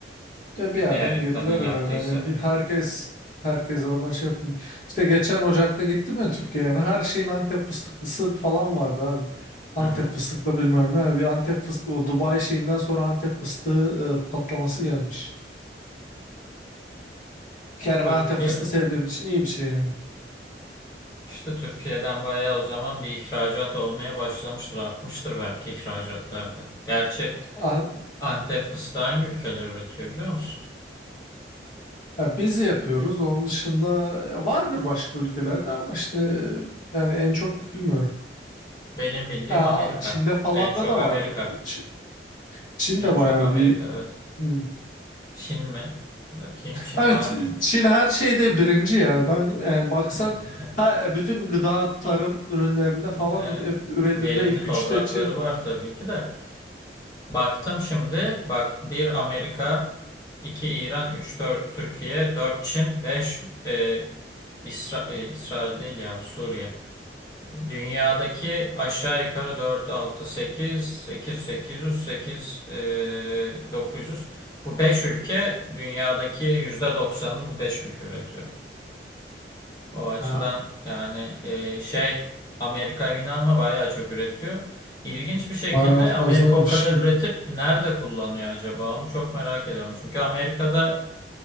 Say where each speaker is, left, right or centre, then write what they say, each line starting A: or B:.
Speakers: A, on the left; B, on the left.
A: E bir yerden
B: Eğer ilk
A: girdiler
B: kadın yaptıysa.
A: herhalde. Yani bir herkes herkes oradan şey yapın. İşte geçen Ocak'ta gittim ya Türkiye yani her şeyin Antep fıstıklısı falan vardı abi.
B: Hı
A: Antep
B: hı.
A: fıstıklı bilmem ne. Yani Bir Antep fıstığı, o Dubai şeyinden sonra Antep fıstığı e, patlaması gelmiş. Yani
B: Türkiye'de
A: ben Antep fıstığı sevdiğim
B: evet.
A: için iyi bir şey yani.
B: işte Türkiye'den bayağı o zaman bir ihracat olmaya başlamıştır, artmıştır belki ihracatlarda. Gerçi
A: A-
B: Antep fıstığı hangi ülkeler üretiyor biliyor musun?
A: ya biz yapıyoruz. Onun dışında vardır başka ülkelerde ama işte e, yani en çok bilmiyorum.
B: Benim bildiğim
A: Ya
B: Amerika.
A: Çin'de falan
B: En çok
A: da da
B: Amerika.
A: vardır. Ç- Çin
B: En
A: bayağı
B: çok Amerika
A: bir
B: evet.
A: hmm,
B: Çin mi? Bakayım Çin
A: Abi
B: var
A: Ç-
B: mıymış?
A: Çin her şeyde birinci ya. Ben yani baksan
B: <laughs>
A: ha, bütün gıda tarım ürünlerinde falan
B: Evet.
A: hep üretimde
B: Verimli
A: ilk
B: toprakları
A: üçte Çin var.
B: var tabii ki de. Baktım şimdi. Bak bir Amerika, 2 İran, üç dört Türkiye, dört Çin, 5 e, İsra- e, İsrail değil ya bu Suriye. E, Dünyadaki aşağı yukarı dört altı sekiz sekiz sekiz yüz sekiz e, 900. Bu 5 ülke dünyadaki yüzde doksanını bu 5 ülke üretiyor. O açıdan
A: Ha,
B: yani e, şey Amerika yine ama bayağı çok üretiyor. İlginç bir şekilde
A: bayağı fazlaymış.
B: Amerika o kadar
A: yani.
B: üretip nerede kullanıyor acaba? Onu çok merak ediyorum. Çünkü Amerika'da